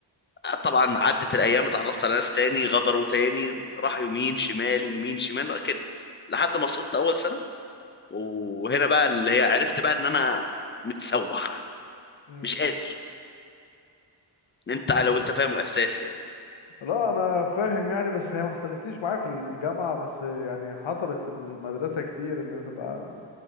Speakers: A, on the left; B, on the left.
A: آه، طبعا عدت الايام اتعرفت على ناس تاني غدروا تاني راح يمين شمال يمين شمال كده لحد ما سقطت اول سنه وهنا بقى اللي هي عرفت بقى ان انا متسوح
B: مم.
A: مش قادر ان انت لو انت فاهم احساسي يعني
B: لا انا فاهم يعني بس هي ما حصلتليش معايا في الجامعة بس يعني حصلت في المدرسة كتير ان تبقى